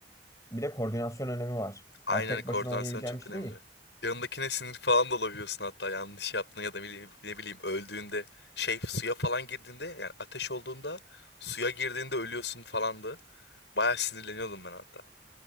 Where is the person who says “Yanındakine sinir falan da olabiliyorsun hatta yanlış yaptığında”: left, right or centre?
Left